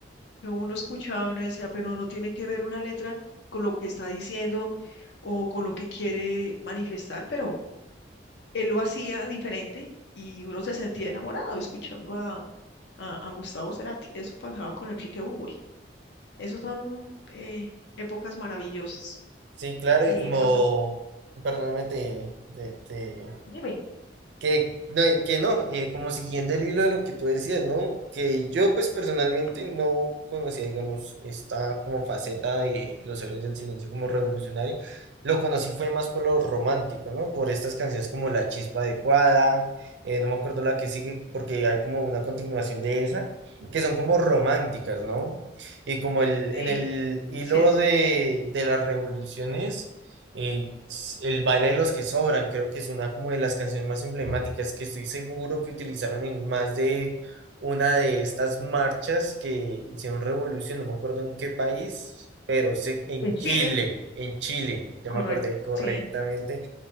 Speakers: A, on the left; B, on the right.
A: que uno escuchaba y uno decía, pero no tiene que ver una letra con lo que está diciendo o con lo que quiere manifestar, pero él lo hacía diferente y uno se sentía enamorado escuchando a, a, a Gustavo Cerati. Eso pasaba con Enrique Bunbury. Esas son eh, épocas maravillosas.
B: Sí, claro,
A: Y
B: y como,
A: lo que
B: perdóname, te, te, te,
A: Dime.
B: Que no, y que no eh, como siguiendo el hilo de lo que tú decías, ¿no? Que yo pues personalmente no conocía, digamos, esta como faceta de los héroes del silencio como revolucionario. Lo conocí fue más por lo romántico, ¿no? Por estas canciones como La Chispa Adecuada, eh, no me acuerdo la que sigue porque hay como una continuación de esa, que son como románticas, ¿no? Y como el,
A: Sí,
B: en el hilo
A: así es.
B: de, de las revoluciones eh, s- el baile de los que sobran, creo que es una como de las canciones más emblemáticas que estoy seguro que utilizaron en más de una de estas marchas que hicieron revolución, no me acuerdo en qué país, pero sé en
A: en Chile,
B: Chile, en Chile, ya
A: correcto.
B: me acordé correctamente,
A: Sí,